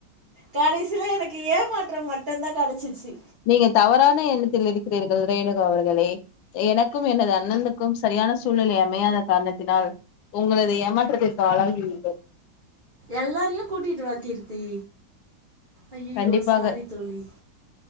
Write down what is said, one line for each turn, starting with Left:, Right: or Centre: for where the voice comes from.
Right: கடைசில எனக்கு ஏமாற்றம் மட்டுந்தா கடச்சிச்சு
Left: நீங்க தவறான எண்ணத்தில் இருக்கிறீர்கள் ரேணுகா அவர்களே எனக்கும் எனது அண்ணனுக்கும் சரியான சூழ்நலை அமையாத கார்ணத்தினால் உங்களது ஏமாற்றத்திற்கு ஆளாகி <unintelligible>
Right: எல்லாரையு கூட்டிட்டு வா கீர்த்தி ஐயயோ
Left: கண்டிப்பாக
Right: சாரி தோழி